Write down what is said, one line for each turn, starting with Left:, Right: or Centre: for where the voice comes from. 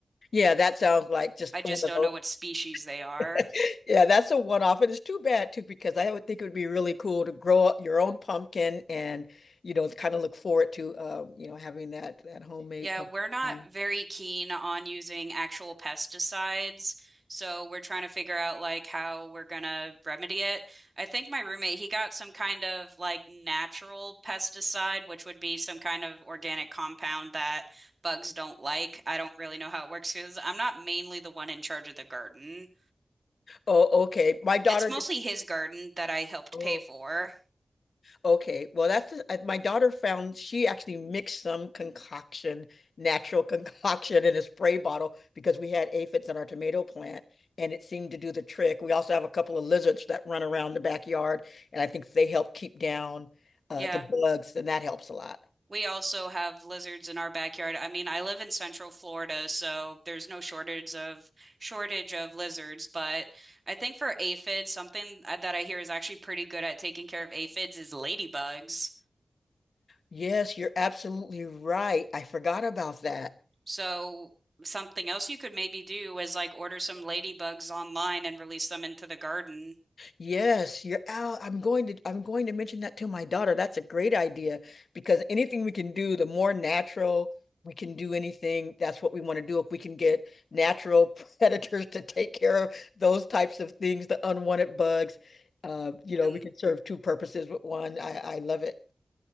Left: Yeah, that sounds like just
Right: I just
Left: one of
Right: don't
Left: those.
Right: know what species they are.
Left: <laughs> Yeah, that's a one-off. And it's too bad too, because I would think it would be really cool to grow up your own pumpkin and, you know, kind of look forward to, uh, you know, having that that homemade
Right: Yeah,
Left: pumpkin
Right: we're not
Left: pie.
Right: very keen on using actual pesticides, so we're trying to figure out like how we're gonna remedy it. I think my roommate, he got some kind of like natural pesticide, which would be some kind of organic compound that bugs don't like. I don't really know how it works because I'm not mainly the one in charge of the garden.
Left: Oh, okay. My daughter
Right: It's mostly
Left: did.
Right: his garden that I helped
Left: Oh.
Right: pay for.
Left: Okay, well, that's the, uh, my daughter found she actually mixed some concoction, natural <laughs> concoction in a spray bottle because we had aphids in our tomato plant and it seemed to do the trick. We also have a couple of lizards that run around the backyard and I think they help keep down uh,
Right: Yeah.
Left: the bugs and that helps a lot.
Right: We also have lizards in our backyard. I mean, I live in Central Florida, so there's no shortage of shortage of lizards, but I think for aphids, something uh, that I hear is actually pretty good at taking care of aphids is ladybugs.
Left: Yes, you're absolutely right. I forgot about that.
Right: So something else you could maybe do is like order some ladybugs online and release them into the garden.
Left: Yes, you're out. I'm going to I'm going to mention that to my daughter. That's a great idea because anything we can do, the more natural we can do anything, that's what we want to do. If we can get natural <laughs> predators to take care of those types of things, the unwanted bugs, uh, you know,
Right: And
Left: we can serve two purposes with one. I, I love it.